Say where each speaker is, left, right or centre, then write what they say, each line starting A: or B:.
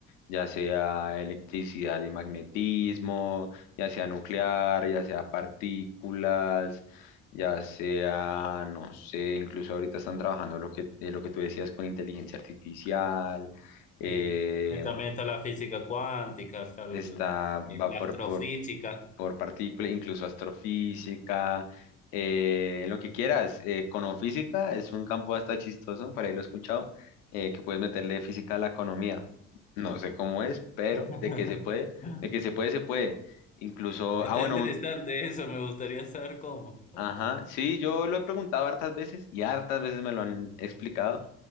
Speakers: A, on the left; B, on the left.
A: ya sea electricidad y magnetismo, ya sea nuclear, ya sea partículas, ya sea, no sé, incluso ahorita están trabajando lo que, eh, lo que tú decías con inteligencia artificial, eh,
B: Sí. Eh, También está la física cuántica, está el-
A: está,
B: eh,
A: va
B: la
A: por,
B: astrofísica.
A: por partículas incluso astrofísica, eh, en lo que quieras. Eh, econofísica es un campo hasta chistoso, por ahí lo he escuchado, eh, que puedes meterle física a la economía. No sé cómo es, pero
B: <laughs>
A: de que se puede, de que se puede, se puede. Incluso,
B: Está
A: ah, bueno,
B: interesante
A: un-
B: eso, me gustaría saber cómo.
A: ajá, sí, yo lo he preguntado hartas veces y hartas veces me lo han explicado.